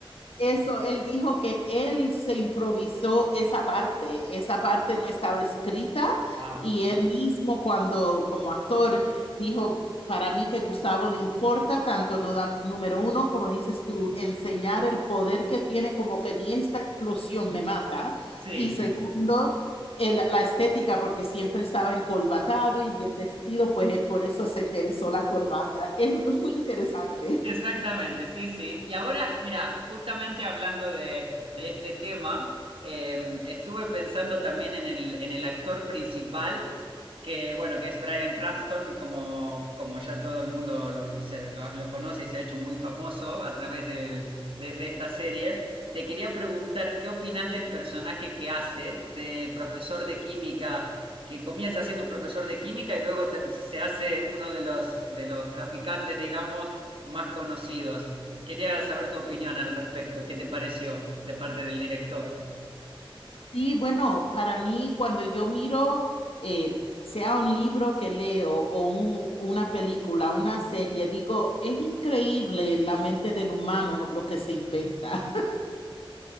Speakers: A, on the left; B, on the right.
A: eso, él dijo que él se improvisó esa parte, esa parte no estaba escrita
B: Wow.
A: y él mismo cuando como actor dijo, para mí que Gustavo le importa tanto, no da- número uno, como dices tú, enseñar el poder que tiene, como que ni esta explosión me mata.
B: Sí.
A: Y segundo, el- la estética, porque siempre estaba encolbatado y bien vestido, pues eh, por eso se interesó la corbata. <laughs> Es muy interesante.
B: Exactamente, sí, sí. Y ahora, mira, justamente hablando de, de este tema, eh, estuve pensando también en el, en el actor principal, que bueno, que es Bryan Cranston, como, como ya todo el mundo lo, se- lo- lo conoce y se ha hecho muy famoso a través del- de, de esta serie. Te quería preguntar, ¿qué opinás del personaje que hace de profesor de química? que comienza siendo un profesor de química y luego ter- se hace uno de los, de los traficantes, digamos, más conocidos. Quería saber tu opinión al respecto. ¿Qué te pareció de parte del director?
A: Sí, bueno, para mí cuando yo miro, eh, sea un libro que leo o un- una película, una serie, digo, es increíble la mente del humano lo que se inventa.